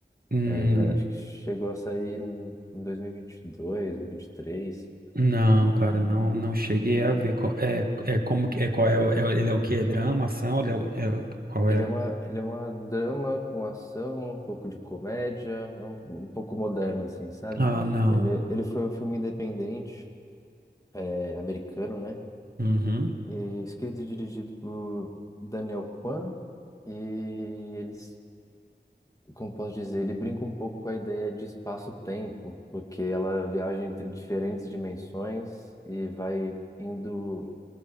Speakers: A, on the right; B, on the left.
A: Hum,
B: É, acho que chegou a sair em 2022 ou 23.
A: não, cara, não, não cheguei a ver qual, é, é como que é qual é, o- é o- ele é o que é drama, ação, ele é, o- é o- qual
B: Ele
A: é? o-
B: é uma, ele é uma drama com ação, um pouco de comédia, é um, um pouco moderno, assim, sabe?
A: Ah, não.
B: Ele, ele foi um filme independente, é, americano, né?
A: Uhum.
B: E escrito e dirigido por Daniel Kwan. E eles, como posso dizer, ele brinca um pouco com a ideia de espaço-tempo, porque ela viaja entre diferentes dimensões e vai indo